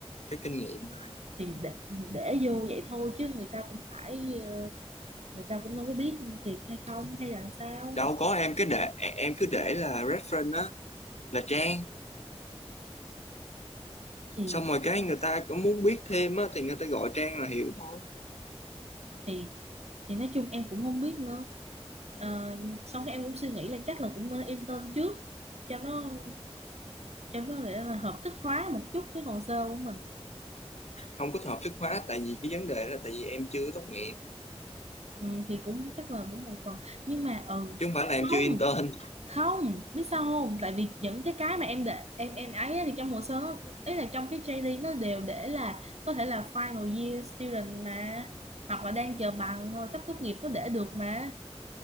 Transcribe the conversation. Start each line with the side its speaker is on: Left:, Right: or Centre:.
Left: cái kinh nghiệm mà.
Right: thì để, để vô vậy thôi chứ người ta cũng phải ờ, người ta cũng đâu có biết thiệt hay không hay là sao
Left: Đâu có em cứ để em cứ để là reference á là Trang.
Right: thì
Left: Xong rồi cái người ta cũng muốn biết thêm á thì người ta gọi Trang là hiểu thôi.
Right: thì thì nói chung em cũng không biết nữa Ờ, xong cái em cũng suy nghĩ là chắc là cũng nên intern trước cho nó cho nó nghĩa là hợp thức hóa một chút cái hồ sơ của mình
Left: Không có hợp thức hóa tại vì cái vấn đề là tại vì em chưa tốt nghiệp
Right: ừ, thì cũng chắc là cũng một phần nhưng mà ừ
Left: chứ không phải là em
Right: không
Left: chưa intern.
Right: không biết sao không tại vì những cái cái mà em để em em ấy á thì trong hồ sơ nó- ý là trong cái JD nó đều để là có thể là final year student mà hoặc là đang chờ bằng hoặc là sắp tốt nghiệp nó để được mà